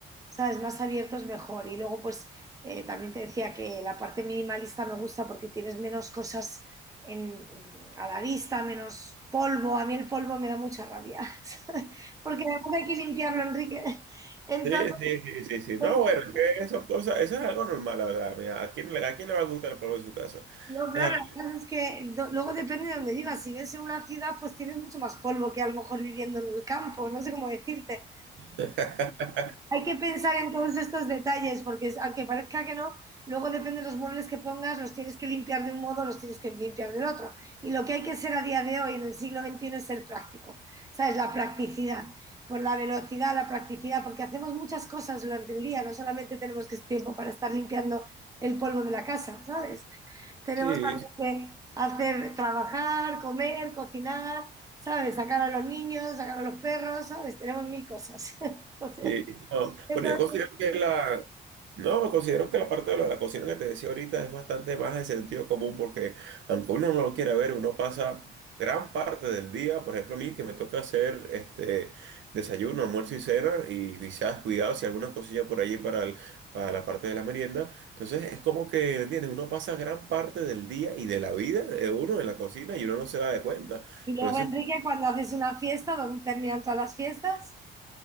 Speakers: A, on the right; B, on the right.
A: ¿sabes? Más abiertos mejor. Y luego, pues, eh, también te decía que la parte minimalista me gusta porque tienes menos cosas en- a la vista, menos polvo. A mí el polvo me da mucha rabia, <laughs> ¿sabes? porque además hay que limpiarlo, Enrique. Entonces,
B: Sí, sí, sí, sí, sí.
A: entonces,
B: No, bueno, es que esas cosas, eso es algo normal, la verdad. Mira, ¿a quién, le- a quién le va a gustar el polvo en su casa?
A: no, claro,
B: Es algo-
A: la es que do- luego depende de dónde vivas. Si vives en una ciudad, pues tienes mucho más polvo que a lo mejor viviendo en el campo, no sé cómo decirte.
B: <laughs>
A: Hay que pensar en todos estos detalles, porque es- aunque parezca que no, luego depende de los muebles que pongas, los tienes que limpiar de un modo, los tienes que limpiar del otro. Y lo que hay que ser a día de hoy, en el siglo XXI, es ser práctico. ¿Sabes? La practicidad, por la velocidad, la practicidad, porque hacemos muchas cosas durante el día, no solamente tenemos que tiempo para estar limpiando el polvo de la casa, ¿sabes? Tenemos
B: Sí,
A: también que hacer, trabajar, comer, cocinar, ¿sabes? Sacar a los niños, sacar a los perros, ¿sabes? Tenemos mil cosas. <laughs> Entonces,
B: Sí, no.
A: <laughs> entonces,
B: Bueno, yo considero que la, no, considero que la parte de lo de la cocina que te decía ahorita es bastante más de sentido común porque aunque uno no lo quiera ver, uno pasa gran parte del día, por ejemplo a mí que me toca hacer este desayuno, almuerzo y cena y quizás cuidado si alguna cosilla por allí para, el- para la parte de la merienda. Entonces es como que, ¿entiendes? Uno pasa gran parte del día y de la vida de uno en la cocina y uno no se da de cuenta.
A: y
B: Por
A: luego,
B: eso
A: Enrique,
B: es-
A: cuando haces una fiesta, ¿dónde terminan todas las fiestas?